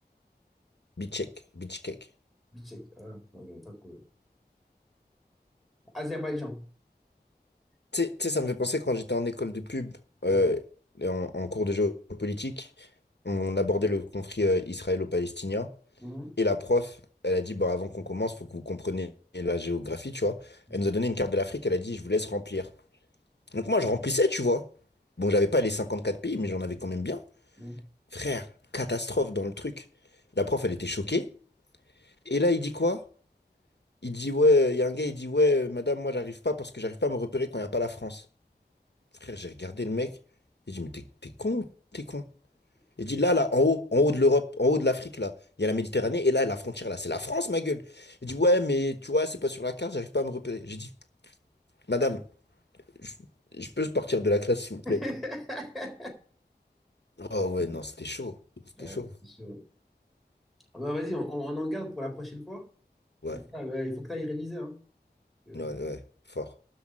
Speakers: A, on the left (about 80°); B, in the centre.
A: Bichkek. Bichkek.
B: Je check. Ah, non, non, pas de problème. Azerbaïdjan.
A: Tu sais, tu sais, ça me fait penser quand j'étais en école de pub, euh,
B: Ouais.
A: et en, en cours de géopolitique, on abordait le conflit euh, israélo-palestinien.
B: Mhm.
A: Et la prof, elle a dit, bon, avant qu'on commence, faut que vous compreniez la géographie, tu vois.
B: Mhm.
A: Elle nous a donné une carte de l'Afrique, elle a dit, je vous laisse remplir. Donc moi, je remplissais, tu vois. Bon, j'avais pas les 54 pays, mais j'en avais quand même bien.
B: Mhm.
A: Frère, catastrophe dans le truc. La prof, elle était choquée. Et là, il dit quoi? Il dit, ouais, il y a un gars, il dit, ouais, euh, madame, moi, j'arrive pas parce que j'arrive pas à me repérer quand il n'y a pas la France. Frère, j'ai regardé le mec. J'ai dit, mais t'es t'es con ou t'es con? Il dit, là, là, en haut, en haut de l'Europe, en haut de l'Afrique, là, il y a la Méditerranée. Et là, la frontière, là, c'est la France, ma gueule. Il dit, ouais, mais tu vois, c'est pas sur la carte, j'arrive pas à me repérer. J'ai dit, madame, je, je peux sortir de la classe, s'il vous plaît?
B: <laughs>
A: Oh, ouais, non, c'était chaud. C'était
B: Ouais,
A: chaud.
B: c'est sûr. Ah bah, vas-y, on, on en garde pour la prochaine fois.
A: Ouais,
B: Ah, bah, il faut que tu ailles réviser. Hein. Euh,
A: ouais, ouais, fort.